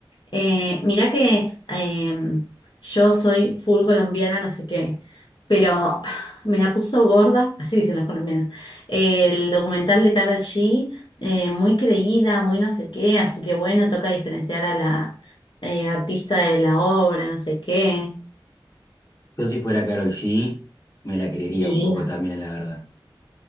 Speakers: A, on the left; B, on the left.
A: eh, mirá que eh, yo soy full colombiana, no sé qué, pero <sighs> me la puso gorda, <laughs> así dicen las colombianas. El documental de Karol G, eh, muy creída, muy no sé qué, así que bueno, toca diferenciar a la eh, artista de la obra, no sé qué.
B: Yo si fuera Karol G me la creería
A: Viviría,
B: un poco también, la verdad. <laughs>